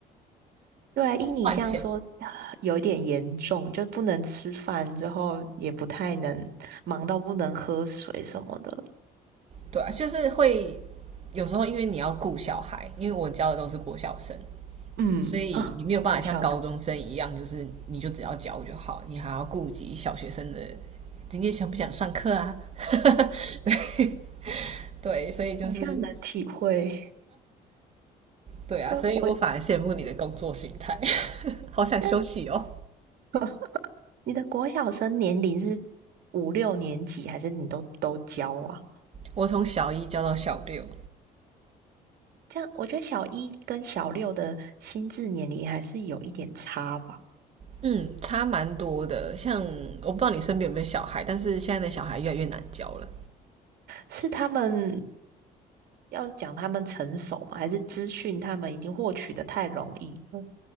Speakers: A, on the right; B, on the right.
A: 对啊，依你这样说，
B: 换钱，
A: 啊有一点严重，就不能吃饭，之后也不太能忙到不能喝水什么的。
B: 对啊，就是会有时候因为你要顾小孩，因为我教的都是国小生，
A: 嗯啊，
B: 所以你没有办法像高中生一样，
A: 我小
B: 就是你就只要教就好，你还要顾及小学生的今天想不想上课啊？<laughs> 对对，所以就是
A: 好像能体会，
B: 对啊，
A: <laughs> 就国，
B: 所以我反而羡慕你的工作形态，<laughs> 好想休息哦。
A: 但 <laughs> 你的国小生年龄是五六年级，还是你都都教啊？
B: 我从小一教到小六，
A: 这样，我觉得小一跟小六的心智年龄还是有一点差吧。
B: 嗯，差蛮多的。像我不知道你身边有没有小孩，但是现在的小孩越来越难教了。
A: 是他们要讲他们成熟吗？还是资讯他们已经获取的太容易了？